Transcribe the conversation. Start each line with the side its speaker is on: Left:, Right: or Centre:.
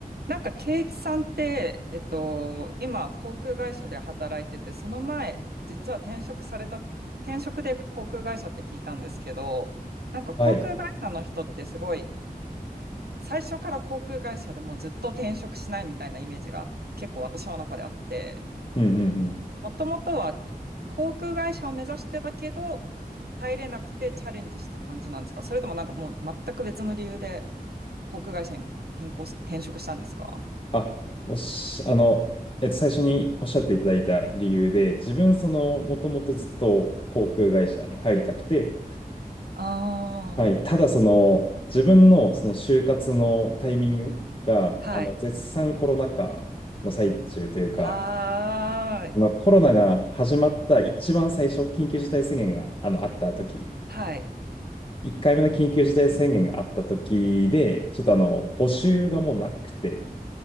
Right: なんか、圭一さんって、えっと、今、航空会社で働いてて、その前、実は転職されたって言って、転職で航空会社って聞いたんですけど、なんか航空会社の人ってすごい、
Left: はい。
Right: 最初から航空会社でもうずっと転職しないみたいなイメージが結構私の中であって、
Left: うんうんうん。
Right: もともとは航空会社を目指してたけど、入れなくてチャレンジした感じなんですかそれともなんかもう全く別の理由で航空会社に変更し、転職したんですか
Left: あ、おし、あの、えっと、最初におっしゃっていただいた理由で、自分、その、もともとずっと航空会社に入りたくて、
Right: ああー。
Left: はい。ただ、その、自分の、その、就活のタイミングが、
Right: はい。
Left: あの、絶賛コロナ禍の最中というか、
Right: ああ、
Left: あのコロナが始まった一番最初、緊急事態宣言が、あの、あった時、
Right: はい。
Left: 1回目の緊急事態宣言があった時で、ちょっと、あの、募集がもうなくて、